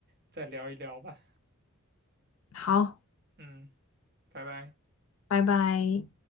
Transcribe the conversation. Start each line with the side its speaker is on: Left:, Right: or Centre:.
Right: 再聊一聊吧。
Left: 好，
Right: 嗯，拜拜。
Left: 拜拜。